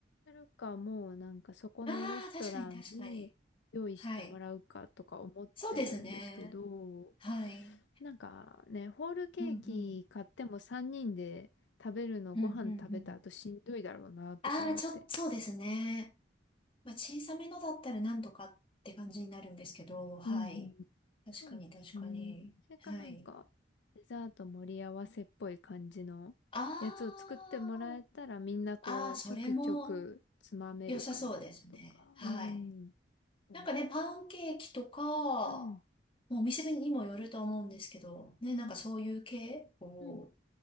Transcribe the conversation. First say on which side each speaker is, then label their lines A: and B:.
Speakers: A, on the left; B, on the left.
A: するか、もう、なんか、そこのレストランで用意してもらうかとか思ってるんですけど、
B: ああ、確かに確かに。はい。そうですね。はい。
A: なんかね、ホールケーキ買っても3人で食べるの、
B: うんうん。うんうんうん。
A: ご飯食べた後しんどいだろうな、とか思って。
B: ああ、ちょ、そうですね。まあ、小さめのだったらなんとかって感じになるんですけど、はい。
A: うんうん。
B: 確かに確かに。
A: そうですね。それかなんか、
B: はい。
A: デザート盛り合わせっぽい感じのやつを作ってもらえたらみんなこう、
B: ああ、ああ、それも
A: ちょくちょくつまめるかなとか、
B: 良さそうですね。はい。
A: うん、思って。
B: なんかね、パンケーキとか、
A: うん、
B: もうお店にもよると思うんですけど、ね、
A: うん、
B: なんかそういう系、こう、
A: うん、